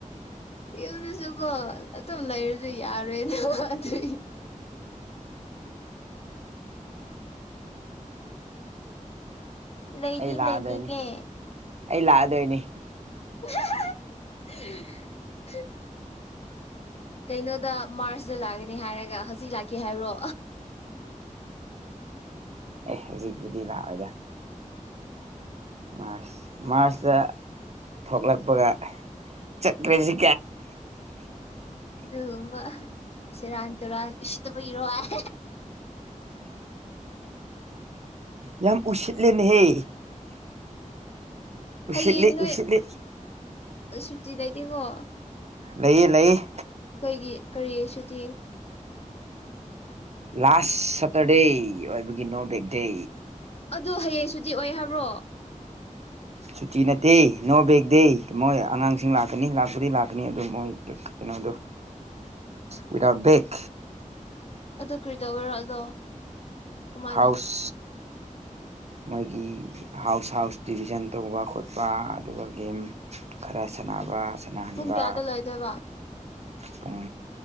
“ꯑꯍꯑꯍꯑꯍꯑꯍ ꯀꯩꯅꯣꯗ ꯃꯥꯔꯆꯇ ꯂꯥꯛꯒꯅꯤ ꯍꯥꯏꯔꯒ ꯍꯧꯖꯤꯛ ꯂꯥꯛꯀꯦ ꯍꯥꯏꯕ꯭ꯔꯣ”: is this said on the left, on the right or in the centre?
Left